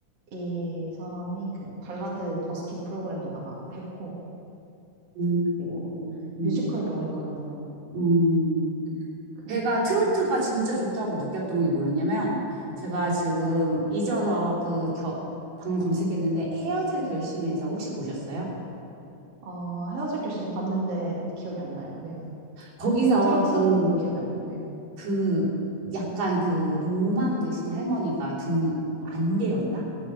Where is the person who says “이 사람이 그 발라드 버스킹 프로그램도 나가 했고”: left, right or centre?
Right